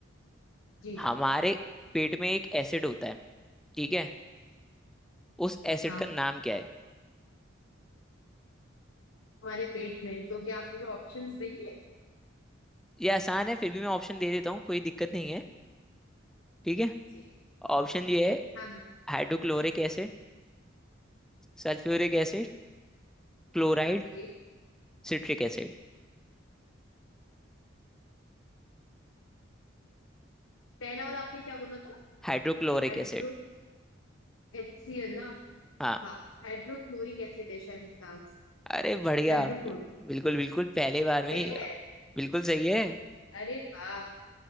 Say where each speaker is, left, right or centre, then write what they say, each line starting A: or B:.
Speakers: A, on the left; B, in the centre.
A: जी जी
B: हमारे पेट में एक एसिड होता है ठीक है उस एसिड
A: हाँ
B: का नाम क्या है
A: हमारे पेट में तो क्या आप मुझे ऑप्शंस देंगे
B: ये आसान है फिर भी मैं ऑप्शन दे देता हूँ कोई दिक्कत नहीं है ठीक है
A: जी
B: ऑप्शन ये है
A: हाँ हाँ
B: Hydrochloric acid sulphuric acid chloride
A: जी
B: citric acid
A: पहला वाला आपने क्या बोला था
B: Hydrochloric
A: हाइड्रो
B: acid
A: एच सी एल ना
B: हाँ,
A: हाँ हाइड्रोक्लोरिक एसिड है शायद इसका आंसर।
B: अरे बढ़िया
A: हाइड्रोक्लोरिक
B: बिल्कुल बिल्कुल पहले बार में
A: सही
B: ही-
A: है
B: बिल्कुल सही है
A: अरे वाह